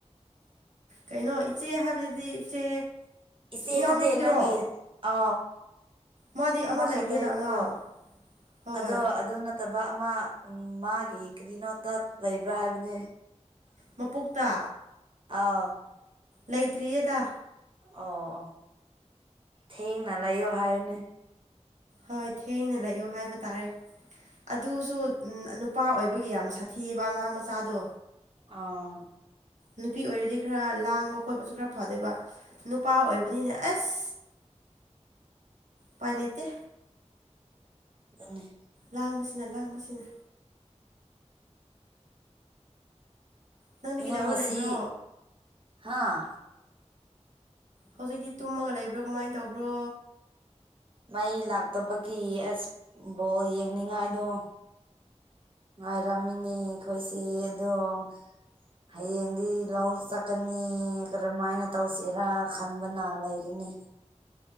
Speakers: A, on the right; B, on the right.
A: ꯀꯩꯅꯣ ꯏꯆꯦ ꯍꯥꯏꯕꯗꯗꯤ ꯏꯆꯦ
B: ꯏꯆꯦ
A: ꯏꯅꯥꯎꯅꯨꯄꯤꯗꯨꯔꯣ
B: ꯅꯠꯇ ꯅꯪꯒꯤꯤ ꯑ
A: ꯃꯥꯗꯤ
B: ꯑꯃ
A: ꯂꯩꯈ꯭ꯔꯦꯅ
B: ꯈꯛꯇꯩꯅꯀꯣ
A: ꯑꯉꯥꯡ ꯍꯣꯏ
B: ꯑꯗꯣ ꯑꯗꯨ ꯐꯠꯇꯕ ꯑꯃ ꯃꯥꯒꯤ ꯀꯔꯤꯅꯣꯗ ꯂꯩꯕ꯭ꯔꯥ ꯍꯥꯏꯕꯅꯤ
A: ꯃꯀꯣꯛꯇꯥ
B: ꯑꯥꯎ
A: ꯂꯩꯇ꯭ꯔꯤꯌꯦꯗ
B: ꯑꯣ ꯑꯣ ꯊꯦꯡꯅ ꯂꯩꯌꯣ ꯍꯥꯏꯔꯅꯦ
A: ꯍꯣꯏ ꯊꯦꯡꯅ ꯂꯩꯌꯣ ꯍꯥꯏꯕ ꯇꯥꯔꯦ ꯑꯗꯨꯁꯨ ꯅꯨꯄꯥ ꯑꯣꯏꯕꯒꯤ ꯌꯥꯝ ꯁꯥꯊꯤꯑꯕ ꯑꯉꯥꯡ ꯃꯆꯥꯗꯣ
B: ꯑꯥ
A: ꯅꯨꯄꯤ ꯑꯣꯏꯔꯗꯤ ꯈꯔ ꯂꯥꯡꯕ ꯈꯣꯠꯄꯁꯨ ꯈꯔ ꯐꯗꯣꯏꯕ ꯅꯨꯄꯥ ꯑꯣꯏꯕꯅꯤꯅꯦ ꯑꯁ ꯄꯥꯏ ꯂꯩꯇ
B: ꯎ
A: ꯂꯥꯡꯕꯁꯤꯅ ꯂꯥꯡꯕꯁꯤꯅ ꯅꯪꯗꯤ ꯀꯩꯗꯧꯔꯒ
B: ꯅꯪ ꯉꯁꯤ
A: ꯂꯩꯕ꯭ꯔꯣ
B: ꯍꯥꯥ
A: ꯍꯧꯖꯤꯛꯇꯤ ꯇꯨꯝꯃꯒ ꯂꯩꯕ꯭ꯔꯣ ꯀꯃꯥꯏꯅ ꯇꯧꯕ꯭ꯔꯣ
B: ꯃꯩ ꯂꯥꯛꯇꯕꯒꯤ ꯑꯦꯁꯕꯣꯜ ꯌꯦꯡꯅꯤꯡꯉꯥꯏꯗꯣ ꯉꯥꯏꯔꯝꯃꯤꯅꯦ ꯑꯩꯈꯣꯏꯁꯦ ꯑꯗꯨꯝ ꯍꯌꯦꯡꯗꯤ ꯂꯧ ꯆꯠꯀꯅꯤ ꯀꯔꯝꯃꯥꯏꯅ ꯇꯧꯁꯤꯔꯥ ꯈꯟꯕꯅ ꯂꯩꯔꯤꯅꯤ